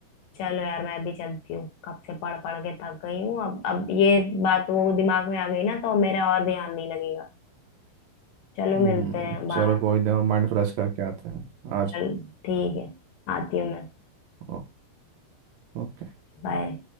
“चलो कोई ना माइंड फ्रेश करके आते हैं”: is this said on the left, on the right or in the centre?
Right